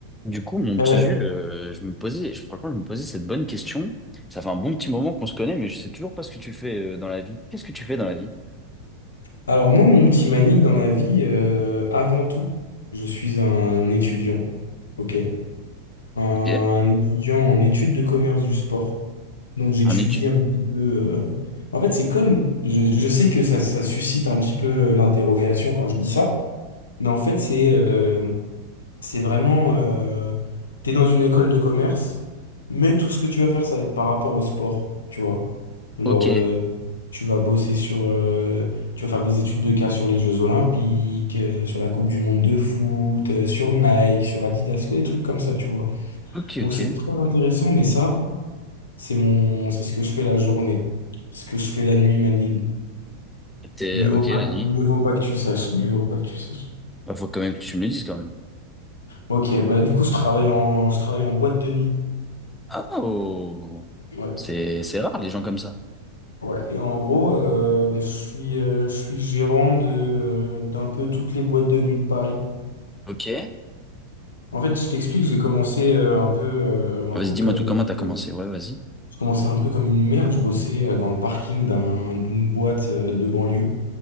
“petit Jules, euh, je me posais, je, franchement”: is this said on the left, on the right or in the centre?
Centre